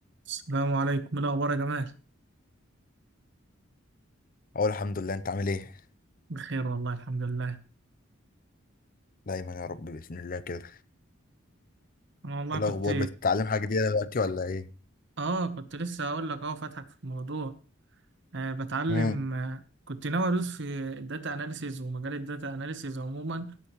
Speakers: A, on the right; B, on the left.
A: السلام عليكم إيه الاخبار يا جمال
B: اقول الحمد لله انت عامل ايه
A: بخير والله الحمد لله
B: دايما يا رب باذن الله كده
A: انا والله
B: ايه
A: كنت
B: الاخبار بتتعلم حاجه جديده دلوقتي ولا ايه
A: اه كنت لسه هقول لك اه فاتحك في الموضوع آه بتعلم
B: امم
A: آه كنت ناوي ادوس في الداتا اناليسيز ومجال الداتا اناليسيز عموما